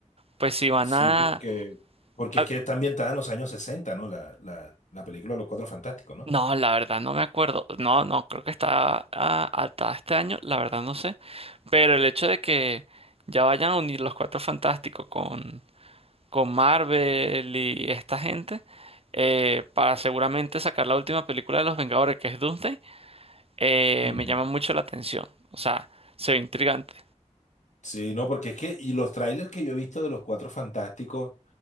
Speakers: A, on the right; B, on the left.
A: pues si van
B: Sí,
A: a,
B: porque, porque
A: a
B: es que está ambientada en los años 60, ¿no? La, la, la película de Los Cuatro Fantásticos, ¿no?
A: No, la verdad no me acuerdo. No, no, creo que está ah, hasta este año, la verdad no sé. Pero el hecho de que ya vayan a unir los Cuatro Fantásticos con, con Marvel y esta gente, eh, para seguramente sacar la última película de los Vengadores, que es Doomsday, eh,
B: Ujú.
A: me llama mucho la atención. O sea, se ve intrigante.
B: Sí, no, porque es que, y los trailers que yo he visto de Los Cuatro Fantásticos,